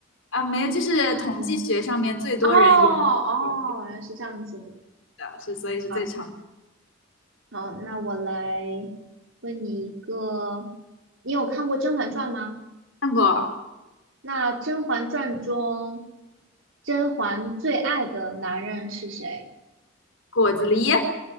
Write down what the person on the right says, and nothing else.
哦哦，原来是这样子。
好，好，那我来问你一个，你有看过《甄嬛传》吗？
那《甄嬛传》中，甄嬛最爱的男人是谁？